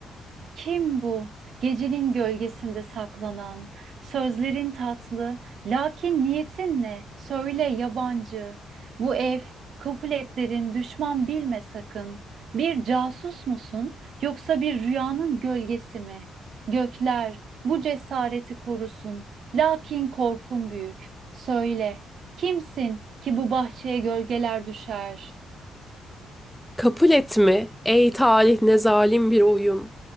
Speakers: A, on the right; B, in the centre.
A: Kim bu? Gecenin gölgesinde saklanan, sözlerin tatlı, lakin niyetin ne? Söyle yabancı. Bu ev, Capuletlerin düşman bilme sakın. Bir casus musun, yoksa bir rüyanın gölgesi mi? Gökler, bu cesareti korusun, lakin korkun büyük. Söyle, kimsin ki bu bahçeye gölgeler düşer?
B: Kabul et mi? Ey talih ne zalim bir oyun.